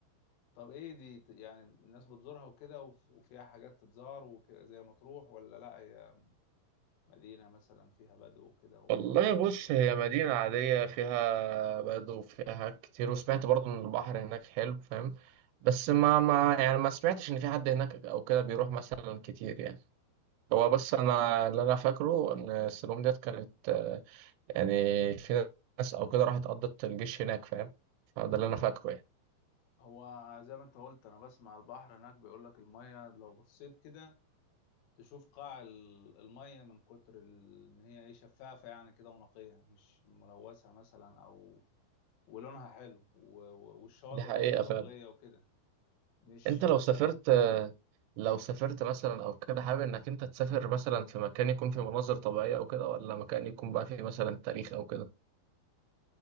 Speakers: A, on the left; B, on the right.
A: طب إيه دي ت- يعني الناس بتزورها وكده وف- وفيها حاجات تتزار وكده زي مطروح ولا لأ هي مدينة مثلا فيها بدو وكده ومحدش
B: والله بص
A: بيزورها
B: هي مدينة عادية فيها بدو وفيها كتير وسمعت برضه إن البحر هناك حلو فاهم بس ما ما يعني ما سمعتش إن في حد هناك أو كده بيروح مثلا كتير يعني هو بس أنا اللي أنا فاكره إن السلوم ديت كانت آه، يعني في ناس أو كده راحت قضت الجيش هناك فاهم فده اللي أنا فاكره يعني
A: هو زي ما انت قلت أنا بسمع البحر هناك بيقول لك المية لو بصيت كده تشوف قاع ال- المية من كتر ال- ان هي ايه شفافة يعني كده ونقية مش ملوثة مثلا او ولونها حلو و- و- والشواطئ
B: دي حقيقة
A: برضو رملية
B: فعلا
A: وكده مش
B: أنت
A: مثلا
B: لو سافرت لو سافرت مثلا أو كده حابب إنك أنت تسافر مثلا في مكان يكون فيه مناظر طبيعية أو كده ولا مكان يكون بقى فيه مثلا تاريخ أو كده